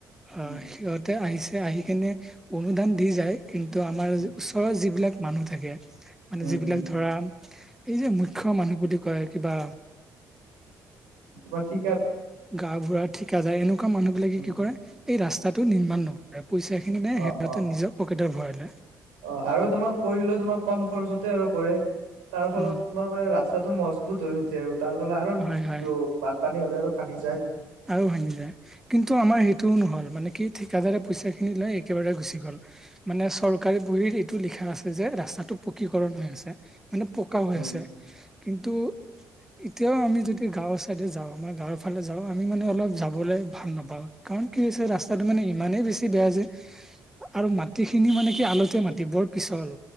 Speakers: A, in the centre; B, on the right (about 85°).
A: আহ
B: উম
A: সিহঁত তে আহিছে, আহি কেনে অনুদান দি যায় কিন্তু আমাৰ
B: উম
A: ওচৰৰ যিবিলাক মানুহ থাকে, মানে
B: উম
A: যিবিলাক
B: উম
A: ধৰা এই যে মুখ্য মানুহ বুলি কয়। কিবা
B: তোমাৰ থি
A: গা বুঢ়া ঠিকা যায়। এনেকুৱা মানুহ বিলাকে
B: উম
A: কি কৰে, এই ৰাস্তাটো নিৰ্মাণ ন--ৰে। পইচা খিনি নে
B: অ
A: সিহঁতে
B: অ
A: নিজৰ পকেটৰ ভৰাই লই।
B: অ আৰু তোমাক কৰিলেও তোমাক কম খৰচতে আৰু কৰে, তাৰ ফলত
A: উম
B: তোমাৰ ৰাস্তাটো মজবুত হৈ নুঠে আৰু তাৰ ফল কাৰণটো
A: হয় হয়
B: বানপানী হ'লে আৰু ভাঙি যায়।
A: আৰু ভাঙি যায় কিন্তু আমাৰ সেইটোও নহল, মানে কি ঠিকাদাৰে পইচা খিনি লৈ একেবাৰে গুচি গ গল মানে চৰকাৰী বহীৰ এইটো লিখা আছে যে ৰাস্তাটো পকীকৰণ হৈ আছে। মানে পকা হৈ
B: অ
A: আছে। কিন্তু এতিয়াও আমি যদি গাঁৱৰ ছাইডে যাওঁ, আমাৰ গাঁৱৰ ফালে যাওঁ। আমি মানে অলপ যাবলৈ ভাল নাপাওঁ কাৰণ কি হৈছে ৰাস্তাটো মানে ইমানেই বেছি বেয়া যে, আৰু মাটিখিনি মানে কি আলতীয়া মাটি, বৰ পিছল।